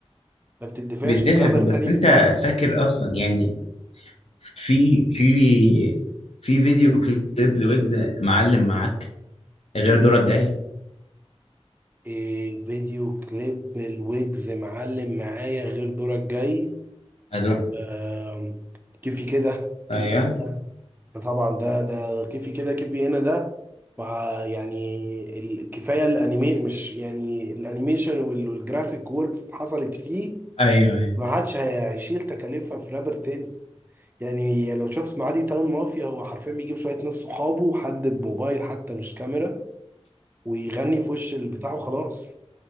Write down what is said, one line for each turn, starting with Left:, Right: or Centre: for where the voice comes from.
Right: ما بتدفعش
Left: بيدافع
Right: في رابر
Left: بس
Right: تاني
Left: انت
Right: في مصر
Left: فاكر اصلا يعني في في في فيديو كليب لويجز معلم معاك غير دورك جاي
Right: إيه فيديو كليب الويجز معلم معايا غير دورك جاي
Left: أدو-
Right: آم، كيفي كده كيفي
Left: ايوه
Right: طبعا ده ده كيفي كده كيفي هنا ده مع يعني الكفايه الانيمي مش يعني الانيميشن وال- والجرافيك ورك حصلت فيه
Left: ايوه أيوة.
Right: ما عادش هيشيل تكاليفها في رابر تاني يعني لو شفت معادي تاون مافيا هو حرفيا بيجيب شويه ناس صحابه حد بموبايل حتى مش كاميرا ويغني في وش البتاع وخلاص